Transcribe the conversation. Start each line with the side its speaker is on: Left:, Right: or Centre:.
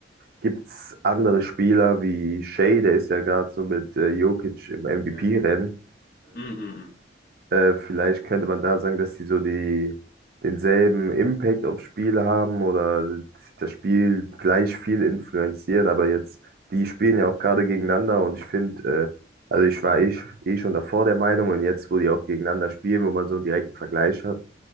Right: gibt es andere Spieler wie Shea, der ist ja gerade so mit äh, Jokic im MVP-Rennen.
Left: Ja. Mm, mm,
Right: Äh, vielleicht könnte man da sagen, dass sie so die denselben Impact aufs Spiel haben oder das Spiel gleich viel influenzieren, aber jetzt, die spielen ja auch gerade gegeneinander und ich finde, äh, also ich war eh, sch- eh schon davor der Meinung und jetzt, wo die auch gegeneinander spielen, wo man so einen direkten Vergleich hat,